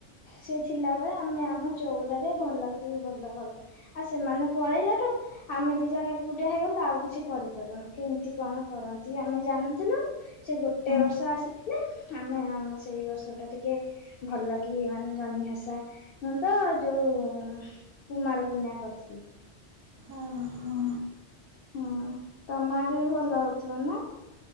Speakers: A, on the left (about 65°); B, on the right (about 25°).
A: ସେ ଥିଲାବେଳେ ଆମେ ଆମ ଚଉରାରେ ଭଲ କି ଭଲ କର ଆଉ ସେମାନେ ପଳେଇଲାଠୁ ଆମେ ଦି ଜଣ ଏକୁଟିଆ ହେଇଗଲୁ ଆଉ କିଛି କରିପାରୁନୁ। କେମିତି କଣ କରନ୍ତି ଆମେ ଜାଣୁନଥିଲୁ। ସେ ଗୋଟେ
B: ହୁଁ।
A: ବର୍ଷ ଆସିଥିଲେ। ଆମେ ଆମ ସେଇ ବର୍ଷ ଟା ଟିକେ ଭଲ କି ମାନେ ଜହ୍ନି ଓଷା ନୁହେଁ ତ ଯୋଉ କୁମାର ପୁର୍ଣ୍ଣିମା କରିଥିଲୁ।
B: ଓ ହଁ।
A: ହୁଁ ତମ ଆଡେ ଭଲ ହଉଥିବ ନା।